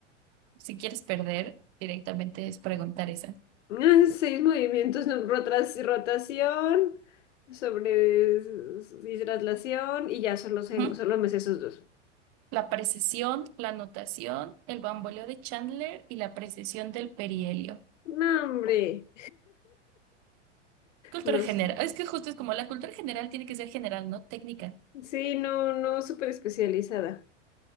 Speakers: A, on the right (about 45°); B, on the left (about 80°).
A: si quieres perder, directamente es preguntar esa.
B: Ah, Seis movimientos, no, rotas- rotación, sobre s- y traslación, y ya solo, sé-
A: Ujú.
B: solo me sé esos dos.
A: La precesión, la notación, el bamboleo de Chandler y la precesión del perihelio.
B: No, hombre.
A: Cultura
B: No,
A: general.
B: s-
A: Es que justo es como la cultura general tiene que ser general, no técnica.
B: sí, no, no, súper especializada.